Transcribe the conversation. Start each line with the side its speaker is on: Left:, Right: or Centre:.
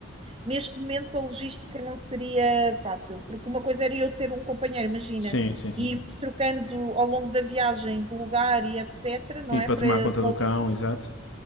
Right: neste momento a logística não seria fácil, porque uma coisa era eu ter um companheiro, imagina,
Left: Sim, sim, sim,
Right: e
Left: sim.
Right: irmos trocando ao longo da viagem de lugar e etc, não
Left: E
Right: é?
Left: para
Right: Para,
Left: tomar conta
Right: para
Left: do
Right: o
Left: cão,
Right: outro
Left: exato.